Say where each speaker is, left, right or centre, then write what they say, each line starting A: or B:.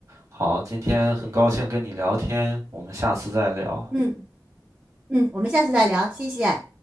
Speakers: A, on the right (about 45°); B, on the right (about 20°).
A: 好，今天很高兴跟你聊天，
B: 对，
A: 我们下次再聊。
B: 嗯嗯，我们下次再聊，谢谢。